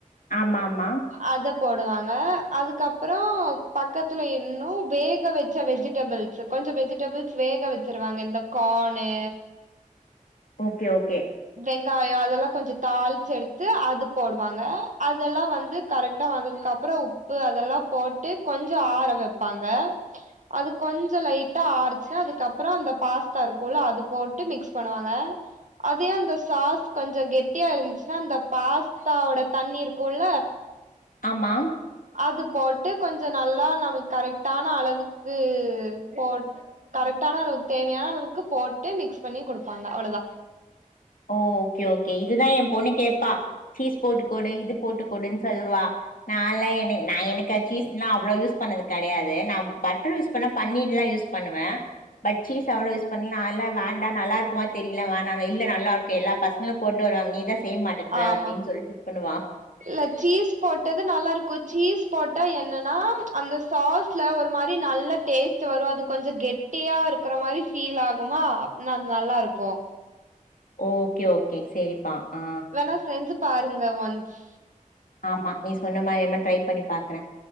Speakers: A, on the left; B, on the right.
A: ஆம்மாமா
B: அத போடுவாங்க அதுக்கப்புறோ பக்கத்துல இன்னு வேக வெச்ச வெஜிட் டபுள்ஸு கொஞ்ச வெஜிடபுள்ஸ் வேக வச்சிருவாங்க இந்த கானு
A: ஓகே ஓகே
B: வெங்காயோ அதெல்லா கொஞ்சோ தாள்ச்சு எடுத்து அது போடுவாங்க அதல்லா வந்து கரெக்டா வந்ததுக்கு அப்ற உ ப்பு அதெல்லா போட்டு கொஞ்சோ ஆற வெப்பாங்க அது கொஞ்ச லைட்டா ஆறுச்சா அதுக்கப்பறோ அந்த பாஸ்தா இருக்குல்ல அது போட்டு மிக்ஸ் பண்ணுவாங்க அதயு அந்த சாஸ் கொஞ்சோ கெட்டியா இருந்துச்சுனா அந்த பாஸ்தாவோட தண்ணி இருக்குல்ல
A: ஆமா
B: அதுப்போட்டு கொஞ்ச நல்லா நம்ம கரெக்டான அளவுக்கு போட் கரெக்டான அளவு தேவயான அளவுக்கு போட்டு மிக்ஸ் பண்ணி குடுப்பாங்க அவுளோதா
A: ஓ ஓகே ஓகே இதுதா ஏ பொண்ணு கேப்பா சீஸ் போட்டுக் கொடு இது போட்டுக் கொடுன் சொல்லுவா நால்லா என நா எனக்கா சீஸ்ன்ல்லா அவ்ளோ யூஸ் பண்ணது கடயாது நா பட்டர் யூஸ் பன்னா பன்னீர்லா யூஸ் பண்ணுவ பட் சீஸ் அவ்ளோ யூஸ் பண்ண நால்ல வேண்டா நல்லா இருக்குமா தெரில வேணான்னு இல்ல நல்லாருக்கு எல்லா பசங்களு கொண்டு வராங்க நீ தா செய்ய மாட்டன்ற
B: ஆமா
A: அப்டின் சொல்ட்டு இது பண்ணுவா
B: இல்ல சீஸ் போட்டது நல்லாருக்கோ சீஸ் போட்டா என்னனா அந்த சாஸ் ட்ல ஒரு மாரி நல்ல டேஸ்ட்டு வரு அது கொஞ்ச கெட்டியா இருக்கற மாரி ஃபீல் ஆகுமா நா அது நல்லாருக்கு
A: ஓகே ஓகே சேரிப்பா ஆ
B: வேணா செஞ்சி பாருங்க ஒன்ஸ்
A: ஆமா நீ சொன்ன மாரி எம்மா ட்ரை பண்ணி பாக்குற